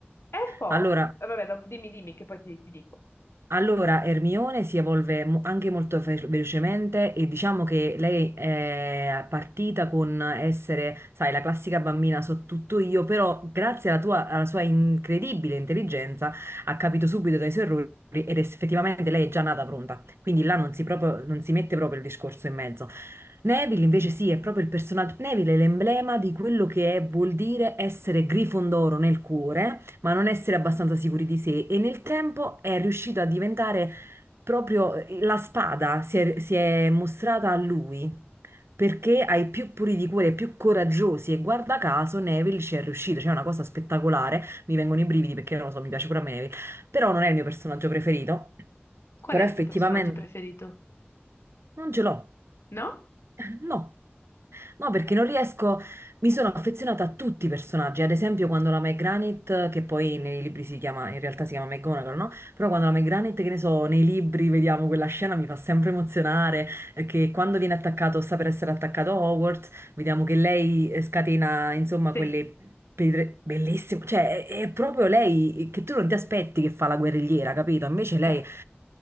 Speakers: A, on the left; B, on the right.
A: È un po'...
B: Allora,
A: eh, Vabbè, dopo dimmi, dimmi, che poi ti, ti dico.
B: Allora, Ermione si evolve mo- anche molto fe- velocemente e diciamo che lei è partita con essere, sai, la classica bambina so tutto io, però grazie alla tua- alla sua incredibile intelligenza ha capito subito dai suoi errori ed effettivamente lei è già nata pronta. Quindi là non si proprio- non si mette proprio il discorso in mezzo. Neville invece sì, è proprio il personaggio. Neville è l'emblema di quello che è- vuol dire essere Grifondoro nel cuore, ma non essere abbastanza sicuri di sé. E nel tempo è riuscito a diventare proprio eh, la spada, si è, si è mostrata a lui. Perché ai più puri di cuore, ai più coraggiosi, e guarda caso Neville ci è riuscito, cioè è una cosa spettacolare. Mi vengono i brividi perché non lo so, mi piace pure a me Neville, però non è il mio personaggio preferito.
A: Qual
B: Però
A: è il
B: effettivamente
A: tuo personaggio preferito?
B: non ce l'ho,
A: No?
B: <laughs> no. No, perché non riesco, mi sono affezionata a tutti i personaggi, ad esempio quando la Meg Granit, che poi nei libri si chiama, in realtà si chiama McGonagall, no? Però quando la Meg Granit, che ne so, nei libri vediamo quella scena mi fa sempre emozionare, perché quando viene attaccato, sta per essere attaccato Hogwarts, vediamo che lei eh, scatena, insomma,
A: Sì,
B: quelle pedre bellissime, cioè è, è proprio lei che tu non ti aspetti che fa la guerrigliera, capito? Invece lei,
A: certo.